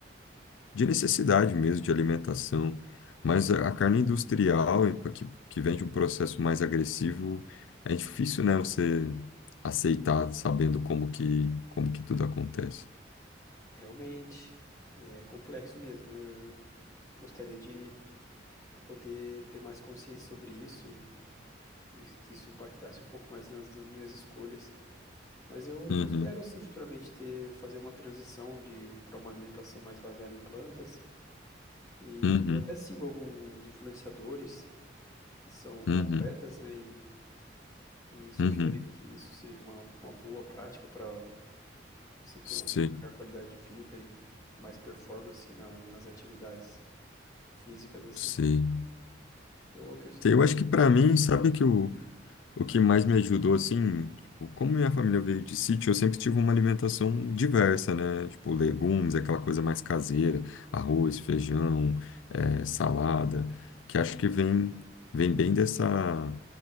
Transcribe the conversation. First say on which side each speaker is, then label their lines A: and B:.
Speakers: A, on the left; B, on the left.
A: de necessidade mesmo de alimentação, mas a a carne industrial, eh, pra que, que vem de um processo mais agressivo, é difícil, né, você aceitar sabendo como que, como que tudo acontece.
B: Realmente, é complexo mesmo. Eu gostaria de poder ter mais consciência sobre isso e, e que isso impactasse um pouco mais nas nas minhas escolhas. Mas eu
A: Uhum,
B: considero sim futuramente ter fazer uma transição de para uma alimentação mais baseada em plantas. E
A: uhum,
B: eu até sigo alguns influenciadores que são
A: uhum,
B: atletas, né, e, e sugerem
A: uhum.
B: que isso seja uma, uma boa prática para você ter
A: Sim,
B: uma melhor qualidade de vida e mais performance na- nas atividades físicas assim.
A: sim.
B: Eu acredito
A: Eu
B: que
A: acho que para
B: em breve,
A: mim, sabe que o O que mais me ajudou, assim, tipo, como minha família veio de sítio, eu sempre tive uma alimentação diversa, né? Tipo, legumes, aquela coisa mais caseira, arroz, feijão, eh, salada, que acho que vem, vem bem dessa,